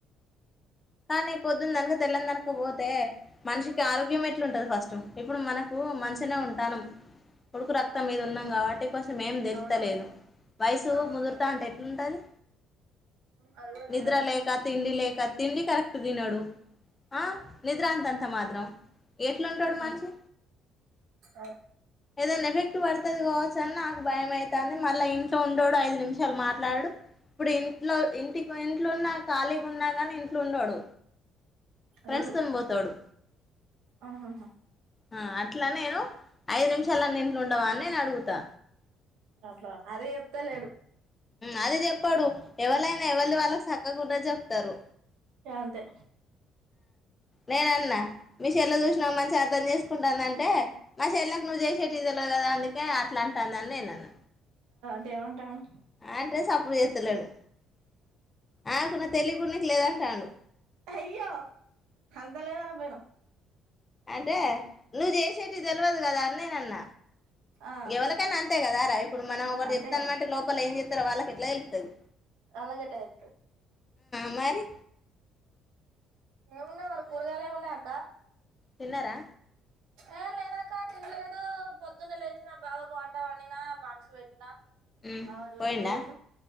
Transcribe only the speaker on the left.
కానీ పొద్దున్ననుగ తెల్లనిందనుకు పోతే మనిషికి ఆరు గ్యం ఎట్లుంటంది ఫస్ట్ ఇప్పుడు మనకు మంచిగనే ఉంటానం ఉడుకు రక్తం మీద
ఉన్నాం కాబట్టి కొంచెం ఏం దెర్తలేదు
వయసు
ముదురుతా ఉంటే ఉంటది
నిద్రా
లేఖ త ఇడి లేఖ తిండి కరెక్ట్ తినడు ఆ నిద్రా అంతంత మాత్రం ఎట్లుంటడు
మనిషి
ఏదున్నా ఎఫెక్ట్ పడుతుది కావచ్చు అని నాకు భయం అవుతుంది మళ్ళీ ఇంట్లో ఉండోడు ఐదు నిమిషాలు మాట్లాడు ఇప్పుడు ఇంట్లో ఇంటి ఇంట్లోన్న ఖాీగ ఉన్నా కాని లుండడు ఫ్రెండ్స్
తమ్ని పోతాడు
ఆ అట్లా నేను ఐదు నిమిషాలన్నింట్లో ఉండవా అని నేను అడుగుతా
అది చెప్పాడు ఎవలైనా ఎవరి వాళ్ళకి అక్కకుడా చెప్తారు
నేనన్నా మీిషలో చూసినా మంచిగా అర్థం చేస్త కుంటుందంటే మా చెల్లకు నువ్వు జయశెట్టి ఇ తెలదు కదా అందుకే అట్లా అంటుందిని నేను అన్న
అంటే సప్పుడు చేత్తలేడు ఆకు నా తెలియ గుడాకి లేదంట రను
అంటే నువ్వు చేసేటి తెలియదు కదా అన్న అేనన్న
ఎవరికైనా అంతే కదాార ఇప్పుడు మనం ఒకరు
చెప్తా అనమాటే
లోపల ఏం చెప్తారో వాళ్ళకి ఎట్లా వెళ్తుంది
సరి
తిన్నారా
ఉమ్
పోయిండా